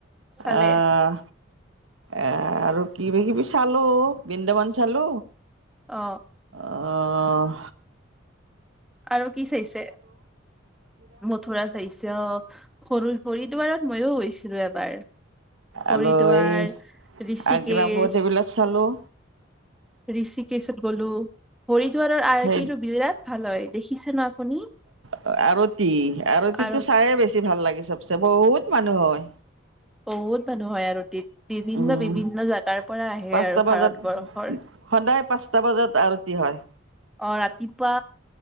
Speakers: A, in the centre; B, on the right.
A: চালে?
B: অ'হ এ, আৰু কিবা কিবি চালো, বৃন্দাবন চালো।
A: অ
B: অহ
A: আৰু কি চাইছে, মথুৰা চাইছে অ, সৰু, শৰিদুৱাৰত মইওঁ গৈছিলো এবাৰ। হৰিদ্বাৰ
B: আৰু এই
A: ঋষিকেশ,
B: আগ্ৰাপথ এইবিলাক চালো।
A: ঋষিকেশত গলো হৰিদ্বাৰৰ আৰ্তিটো
B: সেই
A: বিৰাট ভাল হয়, দেখিছে নে আপুনি?
B: আৰতি আৰতিটো
A: আৰতি?
B: চায়ে বেছি ভাল লাগে চবচে বহুত মানুহ হয়।
A: বহুত মানুহ হয় আৰতিত। বিভিন্ন
B: উম
A: বিভিন্ন জেগাৰ পৰা আহে
B: পাঁচটা
A: আৰু
B: বজাত
A: ভাৰতবৰ্ষৰ।
B: সদায় পাঁচটা বজাত আৰতি হয়।
A: অ ৰাতিপুৱা